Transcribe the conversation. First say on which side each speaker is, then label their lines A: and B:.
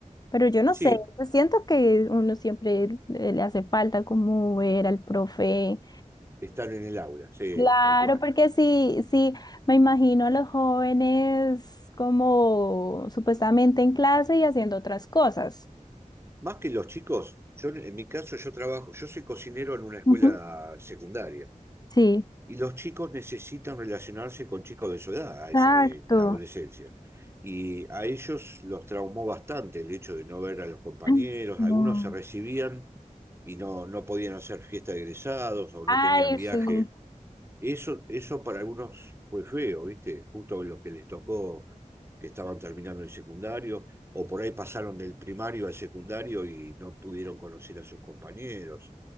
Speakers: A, on the left; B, on the right.
A: pero yo no
B: Sí,
A: sé, yo siento que uno siempre eh, le hace falta como ver al profe.
B: Están en el aula, sí,
A: Claro,
B: tal cual.
A: porque sí, sí, me imagino a los jóvenes como supuestamente en clase y haciendo otras cosas.
B: Más que los chicos, yo en en mi caso yo trabajo, yo soy cocinero en una escuela
A: Ujú.
B: secundaria
A: Sí.
B: y los chicos necesitan relacionarse con chicos de su edad, a esa-
A: Exacto.
B: en la adolescencia. Y a ellos los traumó bastante el hecho de no ver a los compañeros,
A: Ay, No.
B: algunos se recibían y no, no podían hacer fiesta de egresados o
A: Ay,
B: no tenían viaje
A: sí. Ujú.
B: Eso, eso para algunos fue feo, ¿viste? Justo lo que les tocó, que estaban terminando el secundario, o por ahí pasaron del primario al secundario y no pudieron conocer a sus compañeros.